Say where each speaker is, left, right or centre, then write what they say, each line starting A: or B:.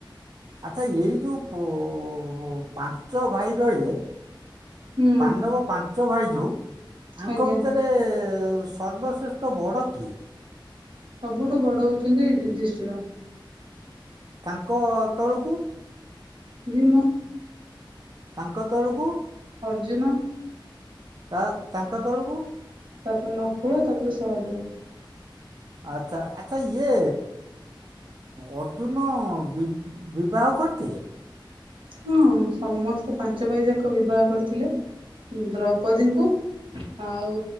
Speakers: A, on the right; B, on the right.
A: ଆଚ୍ଛା ଏଇ ଯୋଉ ପୁ ଉ ପାଞ୍ଚ ଭାଇ ରହିଲେ
B: ହୁଁ
A: ପାଣ୍ଡବ ପାଞ୍ଚ ଭାଇ ଯଉ ଆଙ୍କ
B: ଆଜ୍ଞା
A: ଭିତରେ ସର୍ବଶ୍ରେଷ୍ଠ ବଡ କିଏ?
B: ସବୁଠୁ ବଡ ହଉଛନ୍ତି ଯୁଧିଷ୍ଠିର।
A: ତାଙ୍କ ତଳୁକୁ?
B: ଭୀମ।
A: ତାଙ୍କ ତଳକୁ?
B: ଅର୍ଜୁନ।
A: ତା ତାଙ୍କ ତଳକୁ?
B: ତାପରେ ନକୁଳ ତାପରେ ସହଦେବ।
A: ଆଛା ଆଚ୍ଛା ଇଏ ଅର୍ଜୁନ ବି ବିବାହ କରିଥିଲେ?
B: ହଁ ସମସ୍ତେ ପାଞ୍ଚ ଭାଇ ଯାକ ବିବାହ କରିଥିଲେ ଦ୍ରୌପଦୀଙ୍କୁ ଆଉ